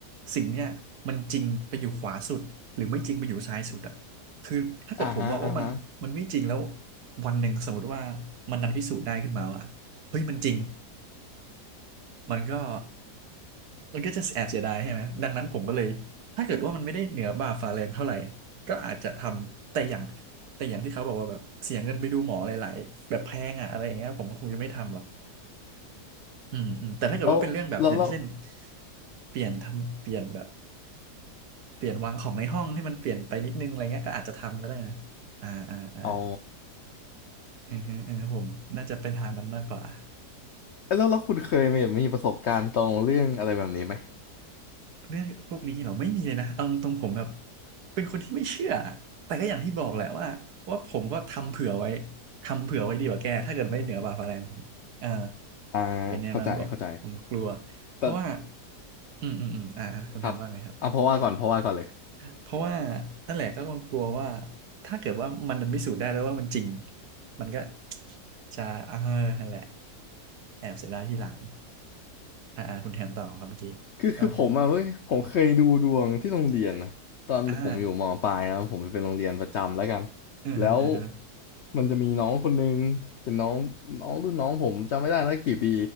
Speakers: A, on the right; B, on the left.
A: สิ่งเนี้ยมันจริงไปอยู่ขวาสุดหรือไม่จริงไปอยู่ซ้ายสุดอ่ะคือถ้าเกิดผมบอกว่ามันมันไม่จริงแล้ว
B: อ่าฮะอ่าฮะ
A: วันหนึ่งสมมติว่ามันดันพิสูจน์ได้ขึ้นมาว่าเฮ้ยมันจริง มันก็มันก็จะแอบเสียดายใช่ไหมดังนั้นผมก็เลยถ้าเกิดว่ามันไม่ได้เหนือบ่าฝ่าแรงเท่าไหร่ก็อาจจะทำแต่อย่างแต่อย่างที่เขาบอกว่าแบบเสียเงินไปดูหมอหลายๆแบบแพงอ่ะอะไรอย่างเงี้ยผมก็คงจะไม่ทำหรอกอืมอืมแต่ถ้าเกิดว่าเป็นเรื่องแบบอย่างเช่น
B: แล้วแล้วแล้ว
A: เปลี่ยนทำเปลี่ยนแบบเปลี่ยนวางของในห้องให้มันเปลี่ยนไปนิดนึงอะไรเงี้ยก็อาจจะทำก็ได้นะอ่าอ่าอ่า
B: อ๋อ
A: อือฮึอือฮึผมน่าจะเป็นทางมันมากกว่า
B: เอ้ยแล้วแล้วคุณเคยมีแบบมีประสบการณ์ตรงเรื่องอะไรแบบนี้ไหม
A: เรื่องพวกนี้เราไม่มีเลยนะเอาตรงๆผมแบบเป็นคนที่ไม่เชื่อแต่ก็อย่างที่บอกแหละว่าว่าผมก็ทำเผื่อไว้ทำเผื่อไว้ดีกว่าแกถ้าเกิดไม่เหนือบ่าฟ้าแรงเอ่า
B: อ่า
A: เป็นแนวนั้นบอกผมกลัว
B: เข้าใจเข้าใจ
A: เพราะว่า
B: แต่
A: อืมอืมอืมอ่าอ่าคุณแทนว่าไงครับ
B: ครับเอาเพราะว่าก่อนเพราะว่าก่อนเลย
A: เพราะว่านั่นแหละก็กลัวว่าถ้าเกิดว่ามันมันพิสูจน์ได้แล้วว่ามันจริงมันก็จะเออนั่นแหละแอบเสียดายทีหลังอ่าอ่าคุณแทนต่อครับเมื่อกี้ว่าไงนะ
B: คือคือผมอะเว้ยผมเคยดูดวงที่โรงเรียนนะตอนผมอยู่มปลายนะผมเป็นโรงเรียนประจำแล้วกัน
A: อ่าอือฮึอือฮึ
B: แล้วมันจะมีน้องคนนึงเป็นน้องน้องรุ่นน้องผมจำไม่ได้แล้วกี่ปี